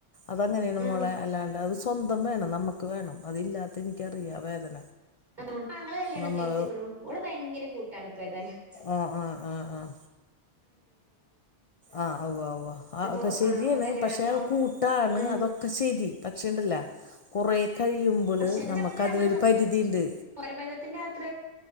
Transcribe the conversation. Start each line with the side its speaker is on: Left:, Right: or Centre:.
Left: അതങ്ങനെയാണ്
Right: ആഹ്
Left: മോളെ അല്ലാണ്ട് അത് സ്വന്ത വേണം നമുക്ക് വേണം അതില്ലാത്തേ എനിക്കറിയാം വേദന
Right: ആ എന്റാങ്ങള കല്യാണം
Left: നമ്മൾ
Right: കഴിച്ചേക്കണു ഓള് ഭയങ്കര കൂട്ടാണ് ഇപ്പ ഏതാലും
Left: ആ ആ ആ ആ ആ ആവുവോ ആവുവോ ആ
Right: അപ്പൊ
Left: ഒക്കെ ശെരിയാണ്
Right: അപ്പൊ കല്യാണം
Left: പക്ഷെ
Right: അപ്പൊ
Left: കൂട്ടാണ്
Right: ഉം
Left: അതൊക്കെ ശരി പക്ഷിയുണ്ടല്ല കുറേ കഴിയുമ്പള്
Right: ചെലപ്പോ
Left: നമുക്ക് അതിനൊരു
Right: നമ്മളെ
Left: പരിധി ഉണ്ട്
Right: ചോരബന്ധത്തിന്റെ അത്ര